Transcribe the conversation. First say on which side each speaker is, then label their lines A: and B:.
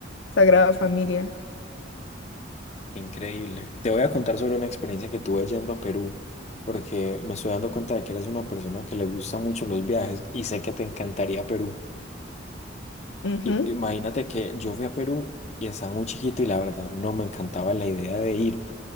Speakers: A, on the left (about 80°); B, on the left (about 35°).
A: Sagrada Familia.
B: Increíble. Te voy a contar sobre una experiencia que tuve yendo a Perú, porque me estoy dando cuenta de que eres una persona que le gusta mucho los viajes y sé que te encantaría Perú.
A: Ujú.
B: I- imagínate que yo fui a Perú y estaba muy chiquito y la verdad no me encantaba la idea de ir,